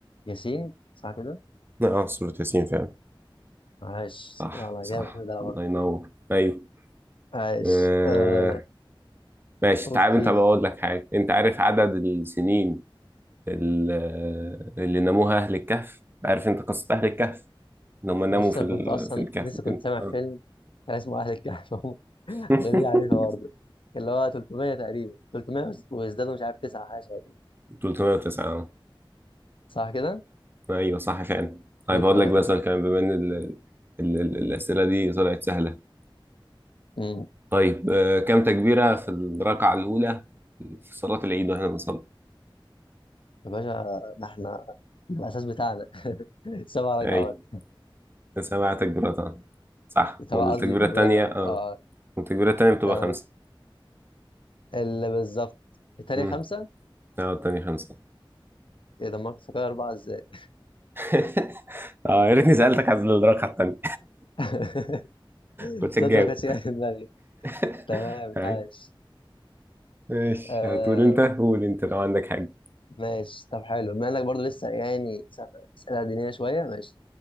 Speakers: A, on the left; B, on the right.
A: ياسين صح كده؟
B: اه سورة ياسين فعلا
A: عاش
B: صح
A: والله
B: صح
A: جامد انا
B: الله
A: برضه
B: ينور ايوه
A: عاش
B: آه
A: آه
B: ماشي
A: اوكي
B: تعال انت بقول لك حاجه انت عارف عدد السنين ال- آه، اللي ناموها اهل الكهف عارف انت قصه اهل الكهف ان هم ناموا
A: بص
B: في
A: انا
B: ال-
A: كنت اصلا
B: في الكهف
A: لسه
B: وكده
A: كنت سامع
B: آه.
A: فيلم كان اسمه اهل الكهف <laughs>
B: <laughs>
A: انا ليه عارفها برضه اللي هو 300 تقريبا 300 وز- وازدادوا مش عارف 9 حاجه شبه كده
B: 309 آه.
A: صح كده
B: آه، ايوه صح فعلا طيب
A: 309
B: هقول لك بقى سؤال كمان بما ان ال- ال- ال- الاسئله دي طلعت سهله
A: امم
B: طيب آه كم تكبيره في الركعه الاولى في صلاه العيد واحنا بنصلي
A: يا باشا ده احنا ده الاساس بتاعنا <laughs> سبع ركعات
B: ايوه سبعة تكبيرات اه صح
A: سبع
B: والتكبيرة
A: قصدي تكبيرات
B: التانية
A: قصدي
B: اه
A: اه آه،
B: والتكبيرة التانية بتبقى
A: تمام
B: خمسة
A: اللي بالظبط التانية
B: امم
A: خمسة
B: اه التانية خمسة
A: ايه ده ما كنت فاكر أربعة ازاي
B: <laughs> اه يا ريتني سألتك عن الرقعة التانية
A: <laughs>
B: كنت هتجاوب
A: تصدق ما كانتش جاية في دماغي
B: <laughs>
A: تمام
B: هاي
A: عاش
B: ماشي
A: آه
B: هتقول انت قول انت لو عندك حاجة
A: ماشي طب حلو بما انك برضه لسه يعني سف- اسئله دينيه شويه ماشي